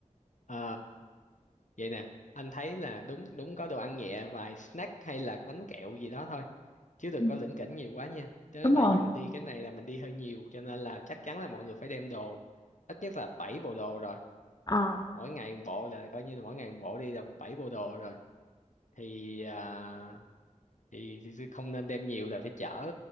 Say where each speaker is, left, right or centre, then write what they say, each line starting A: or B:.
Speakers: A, on the left (about 70°); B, on the left (about 30°).
A: Ờ, vậy nè, anh thấy là đúng đúng có đồ ăn nhẹ vài snack hay là bánh kẹo gì đó thôi, chứ đừng
B: Ừ,
A: có lỉnh kỉnh nhiều quá nha. Chứ
B: đúng rồi
A: tại vì mình đi cái này là mình đi hơi nhiều cho nên là chắc chắn là mọi người phải đem đồ ít nhất là 7 bộ đồ rồi.
B: Ờ,
A: Mỗi ngày một bộ là coi như là mỗi ngày một bộ đi là 7 bộ đồ rồi. Thì, à, thì thì không nên đem nhiều là phải chở